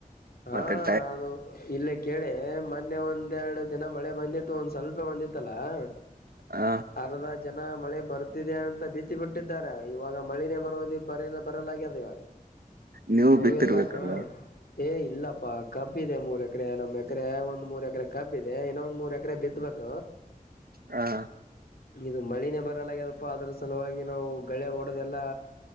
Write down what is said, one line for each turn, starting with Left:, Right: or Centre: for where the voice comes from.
Left: ಹಾ
Right: ಮತ್ತೆ ಟೈ
Left: ಅದು. ಇಲ್ಲ ಕೇಳಿ ಮೊನ್ನೆ ಒಂದ್ರಡು ದಿನ ಮಳೆ ಬಂದಿತ್ತು ಒಂದ್ ಸ್ವಲ್ಪ ಬಂದಿತ್ತಲ. <unintelligible>
Right: ಹ
Left: ಜನ ಮಳೆ ಬರ್ತಿದೆ ಅಂತ ಭೀತಿ ಬಿಟ್ಟಾರ ಇವಾಗ ಮಳೆಯೇ ಬರೋದು ಬರಲ್ಲ ಬರಲಾಗ್ಯ ಅದ ಇವಾಗ.
Right: ನೀವು
Left: ಆ
Right: ಬಿತ್ತಿರ್ಬೇಕಲ್ಲ
Left: ಎಲ್ಲ ಹಾ. ಏ ಇಲ್ಲಪ್ಪಾ ಕಬ್ಬ ಇದೆ ಮೂರ್ ಎಕರೆ ನಮ್ ಎಕರೆ ಒಂದ್ ಮೂರ್ ಎಕರೆ ಕಬ್ಬ ಇದೆ ಇನ್ನೊಂದ್ ಮೂರ್ ಎಕ. ಅಕ್ರ ಬಿತ್ಬೇಕ.
Right: ಹಾ
Left: ಇದು ಮಳಿನೇ ಬರಲ್ಲ್ಯದಪ್ಪ ಅದ್ರ ಸಲುವಾಗಿ ನಾವು ಳೆ ಹೊಓಡೋದೆಲ್ಲಾ